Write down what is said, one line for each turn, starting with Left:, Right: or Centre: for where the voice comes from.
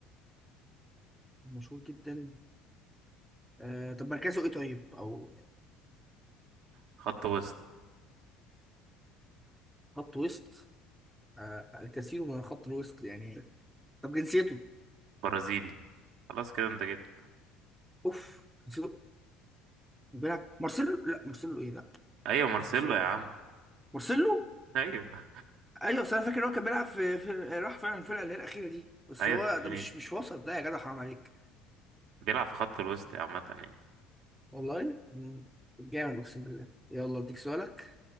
Centre: مشهور جدا آه طب مركزه ايه طيب او يعني
Right: خط وسط
Centre: خط وسط آه الكثير من خط الوسط يعني طب جنسيته
Right: برازيلي خلاص كده انت جبت
Centre: اوف جنسيته بيلعب مارسيلو لا مارسيلو ايه لا
Right: ايوه مارسيلو
Centre: مارسيلو إيه؟
Right: يا عم
Centre: مارسيلو
Right: ايوه
Centre: ايوه بس انا فاكر ان هو كان بيلعب في, في راح فعلا الفرقه اللي هي الاخيره دي بس
Right: ايوه
Centre: هو
Right: فلومينيزي
Centre: ده مش مش وسط ده يا جدع حرام عليك
Right: بيلعب في خط الوسط عامة يعني
Centre: والله مم، جامد اقسم بالله يلا اديك سؤالك